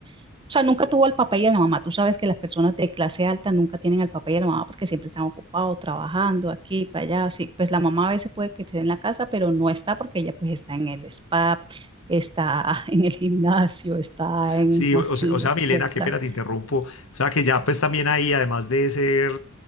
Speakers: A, on the right; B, on the left.
A: O sea, nunca tuvo el papá y la mamá. Tú sabes que las personas de clase alta nunca tienen al papá y a la mamá porque siempre están ocupados, trabajando aquí, para allá. Sí, pues la mamá a veces puede que esté en la casa, pero no está porque ella pues está en el spa, está <laughs> en el gimnasio, está en
B: Sí,
A: <laughs> haciendo
B: o, o sea, o sea, Milena,
A: compras,
B: qué pena te interrumpo. O sea, que ya pues también ahí, además de ser,